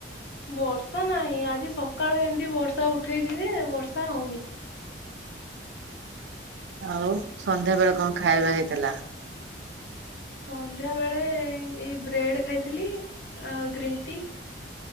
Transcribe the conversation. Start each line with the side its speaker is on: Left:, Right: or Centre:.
Left: ବର୍ଷା ନାହିଁ ଆଜି ସକାଳୁ ଏମିତି ବର୍ଷା ଉଠେଇଚି ଯେ ବର୍ଷା ହଉନି।
Right: ଆଉ ସନ୍ଧ୍ୟା ବେଳେ କଣ ଖାଇବା ହେଇଥିଲା?
Left: ସନ୍ଧ୍ୟା ବେଳେ ଏଇ ବ୍ରେଡ ଖାଇଥିଲି ଆଉ ଗ୍ରୀନ୍ ଟି।